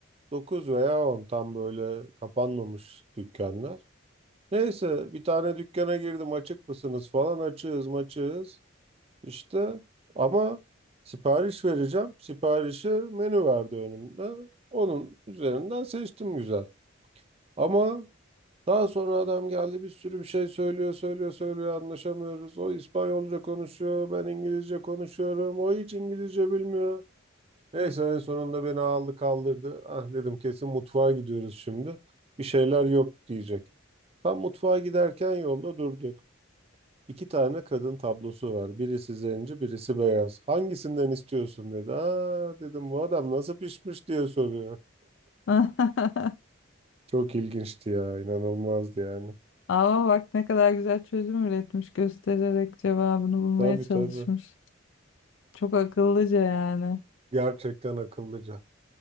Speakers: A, on the right; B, on the left.
A: 9 veya on tam böyle kapanmamış dükkanlar. Neyse bir tane dükkana girdim. Açık mısınız falan. Açığız maçığız. İşte ama sipariş vereceğim. Siparişi menü verdi önümde. Onun üzerinden seçtim güzel. Ama Daha sonra adam geldi bir sürü bir şey söylüyor, söylüyor, söylüyor anlaşamıyoruz. O İspanyolca konuşuyor, ben İngilizce konuşuyorum. O hiç İngilizce bilmiyor. Neyse en sonunda beni aldı kaldırdı. Ah dedim kesin mutfağa gidiyoruz şimdi. Bir şeyler yok diyecek. Tam mutfağa giderken yolda durduk. İki tane kadın tablosu var. Birisi zenci, birisi beyaz. Hangisinden istiyorsun dedi. Aa dedim bu adam nasıl pişmiş diye soruyor.
B: <laughs>
A: Çok ilginçti ya, inanılmazdı yani.
B: Ama bak ne kadar güzel çözüm üretmiş göstererek cevabını bulmaya
A: Tabii
B: çalışmış.
A: tabii.
B: Çok akıllıca yani.
A: Gerçekten akıllıca.